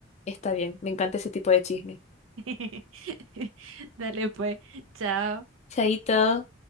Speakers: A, on the left; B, on the right.
A: Está bien, me encanta ese tipo de chisme.
B: <laughs> Dale pues, chao.
A: Chaito.